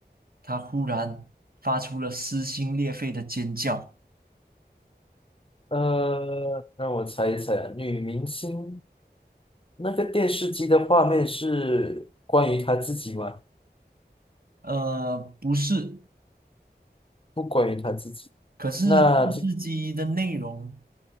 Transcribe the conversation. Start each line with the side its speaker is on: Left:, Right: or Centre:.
Right: 她忽然发出了撕心裂肺的尖叫。
Left: 呃，让我猜一猜啊，女明星那个电视机的画面是关于她自己吗？
Right: 呃，不是，
Left: 不关于她自己，
Right: 可是电视机的内容
Left: 那这